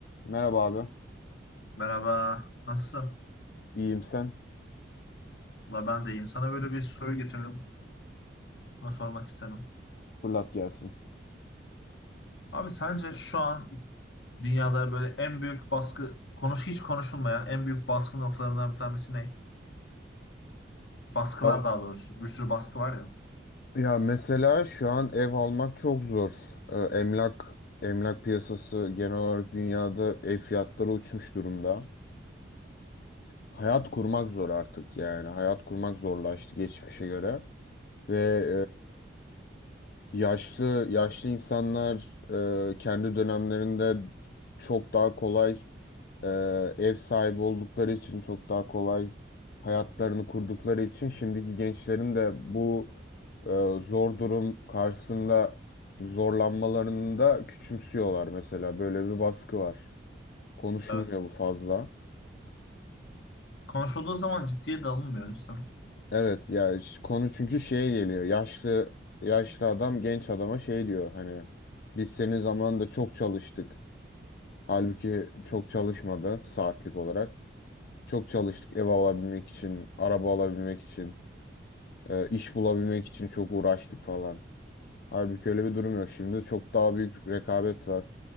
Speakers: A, on the left; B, on the left.
A: Merhaba abi.
B: Merhaba, nasılsın?
A: İyiyim sen.
B: Valla ben de iyiyim. Sana böyle bir soru getirdim. Bunu sormak istedim.
A: Fırlat gelsin.
B: Abi sence şu an dünyada böyle en büyük baskı, konuş hiç konuşulmayan en büyük baskı noktalarından bir tanesi ne? Baskılar
A: A-
B: daha doğrusu. Bir sürü baskı var ya.
A: Ya mesela şu an ev almak çok zor. Ee, Emlak emlak piyasası genel olarak dünyada ev fiyatları uçmuş durumda. Hayat kurmak zor artık yani. Hayat kurmak zorlaştı geçmişe göre. Ve e, yaşlı yaşlı insanlar e, kendi dönemlerinde çok daha kolay Ee, ev sahibi oldukları için çok daha kolay hayatlarını kurdukları için şimdiki gençlerin de bu e, zor durum karşısında zorlanmalarını da küçümsüyorlar mesela. Böyle bir baskı var. Konuşulmuyor
B: Evet.
A: bu fazla.
B: Konuşulduğu zaman ciddiye de alınmıyor insan.
A: Evet ya ş- konu çünkü şeye geliyor. Yaşlı yaşlı adam genç adama şey diyor hani biz senin zamanında çok çalıştık. Halbuki çok çalışmadı saatlik olarak. Çok çalıştık ev alabilmek için, araba alabilmek için. E, iş bulabilmek için çok uğraştık falan. Halbuki öyle bir durum yok. Şimdi çok daha büyük rekabet var.